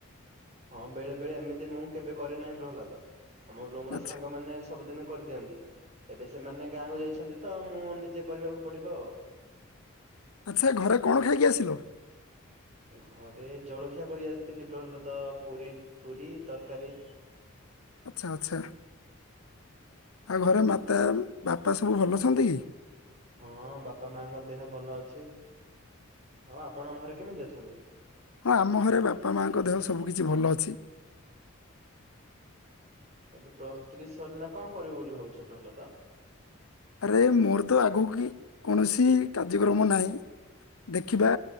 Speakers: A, on the right; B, on the left.
A: ହଁ ବେଳେ ବେଳେ ଏମିତି ମୁଁ କେବେ କରିନାହିଁ ପ୍ରହଲ୍ଲାଦ। ଆମ ରୁମ ର
B: ଆଚ୍ଛା
A: ସାଙ୍ଗମାନେ ସବୁଦିନ କରିଦିଅନ୍ତି। ଏବେ ସେମାନେ ଗାଁକୁ ଯାଇଛନ୍ତି ତ ମୁଁ ନିଜେ କରିବାକୁ ପଡିବ ଆଉ।
B: ଆଚ୍ଛା ଘରେ କଣ ଖାଇକି ଆସିଲ?
A: ଘରେ ଜଳଖିଆ କରି ଆସିଥିଲି ପ୍ରହ୍ଲଦ ପୁରୀ ପୁରୀ ତରକାରୀ।
B: ଆଚ୍ଛା ଆଚ୍ଛା। ଆଉ ଘରେ ମାତା ବାପା ସବୁ ଭଲ ଅଛନ୍ତି କି।
A: ହଁ ବାପା ମାଙ୍କ ଦେହ ଭଲ ଅଛି। ଆଉ ଆପଣଙ୍କ ଘରେ କେମିତି ଅଛନ୍ତି?
B: ହଁ ଆମ ଘରେ ବାପା ମାଙ୍କ ଦେହ ସବୁ କିଛି ଭଲ ଅଛି।
A: ଏବେ ପ୍ଲସ ତ୍ରି ସରିଲା କଣ କରିବ ବୋଲି ଭାବୁଛ ପ୍ରହଲଦ?
B: ଆରେ ମୋର ତ ଆଗକୁ କି କୌଣସି କାର୍ଯ୍ୟକ୍ରମ ନାହିଁ। ଦେଖିବା